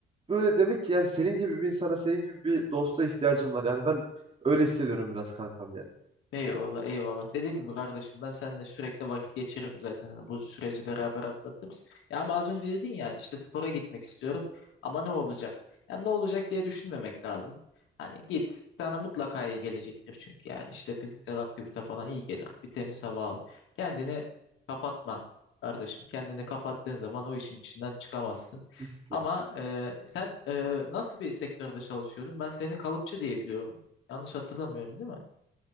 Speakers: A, on the right (about 30°); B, on the left (about 80°).
A: böyle demek ki yani senin gibi bir insana, senin gibi bir dosta ihtiyacım var. Yani ben öyle hissediyorum biraz kankam yani.
B: Eyvallah eyvallah. Dediğim gibi kardeşim ben seninle sürekli vakit geçiririm zaten. Hani bu süreci beraber atlatırız. Ya ama az önce dedin ya işte spora gitmek istiyorum ama ne olacak? Yani ne olacak diye düşünmemek lazım. Hani git sana mutlaka iyi gelecektir çünkü yani işte fiziksel aktivite falan iyi gelir. Bir temiz hava al. Kendini kapatma kardeşim. Kendini kapattığın zaman o işin içinden çıkamazsın.
A: Kesinlikle.
B: Ama e, sen e, nasıl bir sektörde çalışıyordun? Ben seni kalıpçı diye biliyorum. Yanlış hatırlamıyorum değil mi?